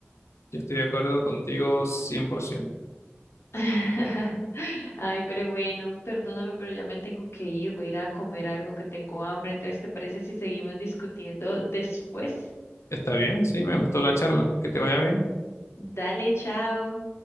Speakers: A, on the left (about 85°); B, on the left (about 70°).
A: Yo estoy de acuerdo contigo 100%.
B: <laughs> Ay, pero bueno, perdóname, pero ya me tengo que ir, voy a ir a comer algo que tengo hambre, entonces ¿te parece si seguimos discutiendo después?
A: Está bien, sí, me gustó la charla. Que te vaya bien.
B: Dale, chao.